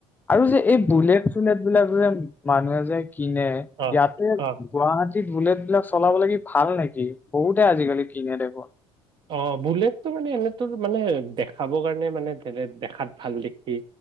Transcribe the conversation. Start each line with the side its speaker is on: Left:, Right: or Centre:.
Left: আৰু যে', এই বুলেট- চুলেট বিলাক যে', মা মানুহে যে, কিনে
Right: অ
Left: ইয়াতে
Right: অ
Left: গুৱাহাটী বুলেট বিলাক চলাব লাগি ভাল নেকি? বহুতে আজিকালি কিনে দেখোন?
Right: অ' বুলেটটো মানে এনেতোৰ মানে দেখাবৰ কাৰণে, মানে দেখাত ভাল দেখি,